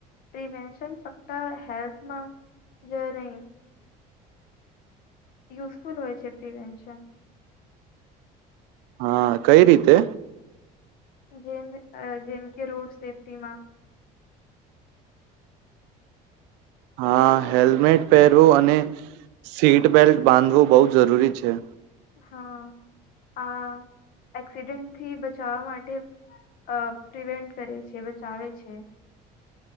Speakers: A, on the left (about 60°); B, on the right (about 80°).
A: પ્રિવેન્શન ફક્ત હેલ્થમાં જ નહી. યુઝફુ હો છે પ્રિભન્શન.
B: હા કઈ રીતે.
A: જે જેમ કે રોડ સેફ્ટીમાં.
B: હા હેલ્મેટ પહેરવું અને સીટબેલ્ટ બાંધવું બહુ જરૂરી છે.
A: હા આ એક્સિડેન્ટથી બચાવવા માટે અ પ્રિવેન્ટ કરે છે બચાવે છે.